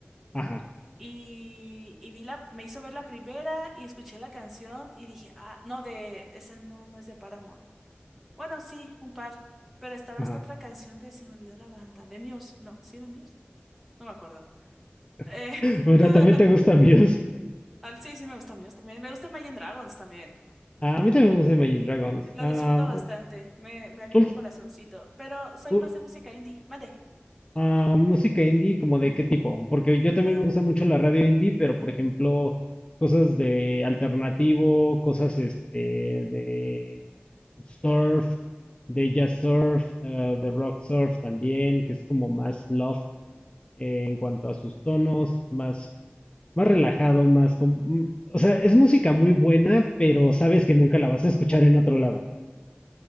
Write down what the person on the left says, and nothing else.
ajá,
ajá.
<laughs> Bueno,
también te gusta mío
Ah, A mí también me gusta Imagine Dragons.
Am,
u-
ult-
u-
ah, música indie, ¿como de qué tipo? Porque yo también
me gusta mucho la radio indie, pero por ejemplo, cosas de alternativo, cosas este de surf, de jazz surf, eh, de rock surf también, que es como más loft eh, en cuanto a sus tonos, más, más relajado, más... com- mm, o sea, es música muy buena, pero sabes que nunca la vas a escuchar en otro lado.